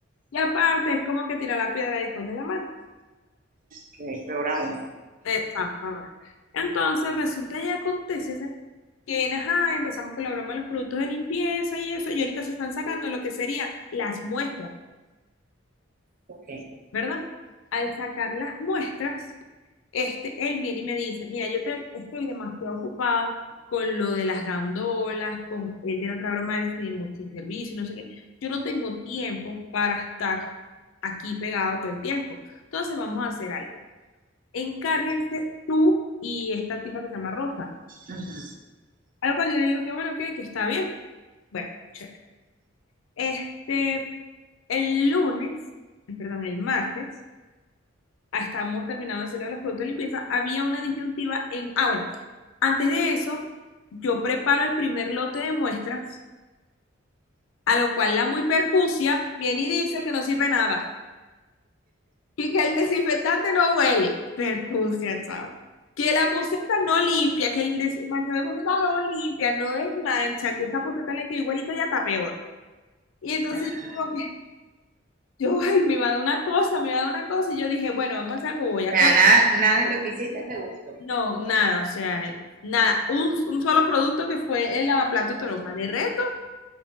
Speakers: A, on the left (about 80°); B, on the right (about 45°).
A: Y aparte, es como que tira la piedra y esconde la mano.
B: que es peor aún.
A: Exactamente. Entonces resulta y acontece ¿sí? que bien, ajá, empezamos con la broma de los productos de limpieza y eso, y ahorita se están sacando lo que serían las muestras,
B: Ok,
A: ¿verdad? Al sacar las muestras, este, él viene y me dice, mira, yo te- estoy demasiado ocupado con lo de las gandolas, con, él tiene otra broma de este multiservicio, no sé qué, yo no tengo tiempo para estar aquí pegado todo el tiempo, entonces vamos a hacer algo. Encárguense tú y esta tipa que se llama Rosa
B: ajá,
A: A lo cual yo le digo que bueno, que, que está bien. Bueno, chévere. Este, el lunes, eh, perdón, el martes, ah, estábamos terminando de hacerlo de los productos de limpieza, había una disyuntiva en... Ah, bueno, antes de eso, yo preparo el primer lote de muestras, a lo cual la muy percucia viene y dice que no sirve nada, y que el desinfectante no huele. Percucia, chao. Que la poseta no limpia, que el des- manchado de poseta no limpia, no desmancha, que esa poseta le queda igualito y hasta peor. Y entonces
B: ajá.
A: yo como que, Yo, ay, me iba a dar una cosa, me iba a dar una cosa. Y yo dije, bueno, vamos a hacer algo, voy
B: O
A: a
B: sea,
A: cortar.
B: nada, nada de lo que hiciste te gustó.
A: No, nada, o sea, nada. Un, un solo producto que fue el lavaplato de toronja. De reto,